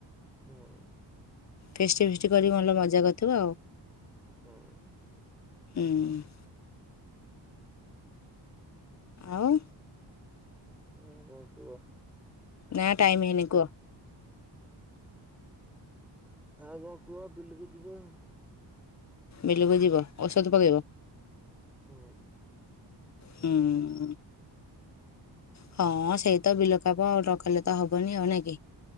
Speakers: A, in the centre; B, on the left (about 40°).
A: ହୁଁ।
B: ଫିଷ୍ଟି ଫିଷ୍ଟି କରିକି ଭଲ ମଜା କରିଥିବ ଆଉ।
A: ହୁଁ।
B: ଉଁ। <inaudible> ଆଉ
A: ଆଉ କଣ କୁଅ।
B: ନା ଟାଇମ୍ ହେଇନି କୁହ।
A: ଆଉ କଣ କୁହ ବିଲକୁ ଯିବୁ।
B: ବିଲକୁ ଯିବ। ଔଷଧ ପକେଇବ?
A: ହୁଁ।
B: ହୁଁ। ହଁ ସେଇ ତ ବିଲ କାମ ନ କଲେ ତ ହବନି। ଆଉ ନାଇ କି?